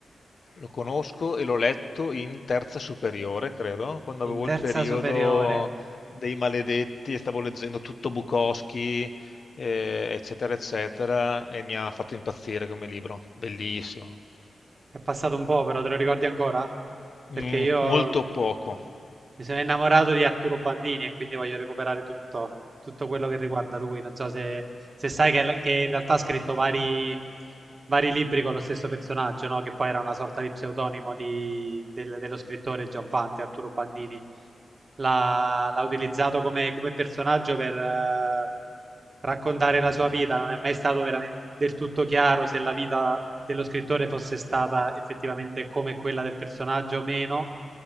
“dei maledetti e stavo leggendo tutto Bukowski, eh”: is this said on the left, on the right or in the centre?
Left